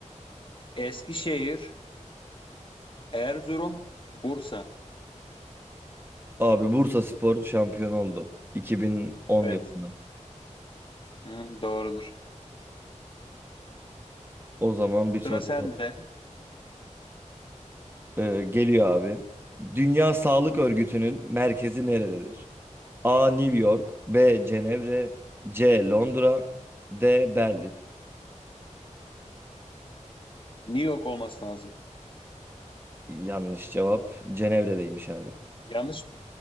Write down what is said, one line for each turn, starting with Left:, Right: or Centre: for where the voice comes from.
Left: Eskişehir, Erzurum, Bursa.
Right: Abi Bursaspor şampiyon oldu 2010
Left: Evet.
Right: yılında.
Left: Hı, doğrudur.
Right: O zaman
Left: Sıra
Right: bir soru
Left: sende.
Right: daha. Ee, geliyor abi. Dünya Sağlık Örgütü'nün merkezi nerededir? A. New York B. Cenevre C. Londra D. Berlin
Left: New York olması lazım.
Right: Yanlış cevap Cenevre'deymiş abi.
Left: Yanlış mı?